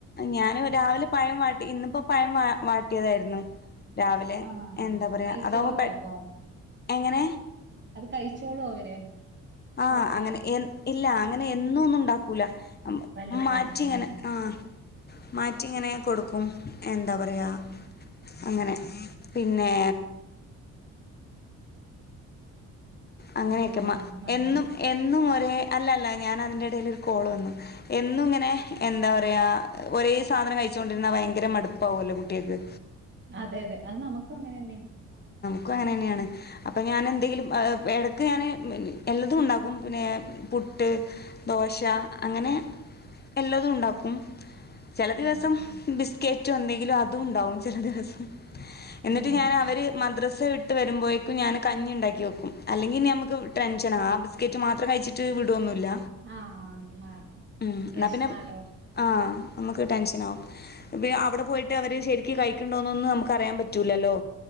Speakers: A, on the left; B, on the right.
A: ഞാന് രാവിലെ പഴം വാട്ടി ഇന്നിപ്പോ പഴം വ വാട്ടിയതായിരുന്നു രാവിലെ
B: ആഹ് ആഹ്.
A: എന്താ പറയാ
B: കഴിച്ചോളോ
A: അതാവുമ്പോ പെ
B: അപ്പൊ?
A: എങ്ങനെ
B: അത് കഴിച്ചോളോ അവര്?
A: ആഹ്
B: കൊഴപ്പില്ല.
A: അങ്ങനെ എഹ് ഇല്ല അങ്ങനെ എന്നും ഒന്നും ഉണ്ടാക്കൂല
B: വല്ലപ്പോഴും.
A: മാറ്റി ഇങ്ങനെ
B: ഉം.
A: ആഹ് മാറ്റി ഇങ്ങനെ കൊടുക്കും എന്താ പറയാ
B: ആഹ്.
A: അങ്ങനെ പിന്നെ അങ്ങനെയൊക്കെ
B: എന്താ പറയാൻ മറന്ന്
A: എന്നും എന്നും ഒരേ അല്ലല്ല ഞാൻ അതിന്റെ എടയിൽ ഒരു കോൾ വന്നു എന്നും ഇങ്ങനെ എന്താ പറയാ ഒരേ സാധനം കഴിച്ചോണ്ടിരുന്ന- ഭയങ്കര മടുപ്പാവുമല്ലോ കുട്ടികൾക്ക്
B: അതെ അതെ അത് നമുക്കും അങ്ങനെ തന്നെയാ
A: ക്കും അങ്ങനെെയാണ് അപ്പോ ഞാന്- എന്തെങ്കിലും ഇടയ്ക്ക് ഞാന് എല്ലതും ഉണ്ടാക്കും പിന്നെ പുട്ട് ദോശ- അങ്ങനെ എല്ലതും ഉണ്ടാക്കും ചെല ദിവസം
B: ആഹ് ആഹ്
A: ബിസ്കറ്റോ എന്തെങ്കിലും അതും ഉണ്ടാവും ചില ദിവസം എന്നിട്ട്
B: ആഹ്
A: ഞാന് അവര് മദ്രസ വിട്ട- വിട്ട് വരുമ്പോത്തേക്കും ഞാന് കഞ്ഞിണ്ടാക്കി വെക്കും അല്ലെങ്കിൽ നമുക്ക്- ടെൻഷനാ ആ ബിസ്കറ്റ് മാത്രം കഴിച്ചിട്ട് വിടൊന്നുവില്ല
B: ആഹ് ആഹ്
A: ഉം എന്നാ
B: വെശ്നാലോ
A: പിന്നെ ആ നമ്മുക്ക് ടെൻഷൻ ആവും പിന്നെ അവിടെ പോയിട്ട് അവര് ശരിക്ക് കഴിക്കുന്നുണ്ടോന്നൊന്നും നമുക്ക് അറിയാൻ പറ്റില്ലല്ലോ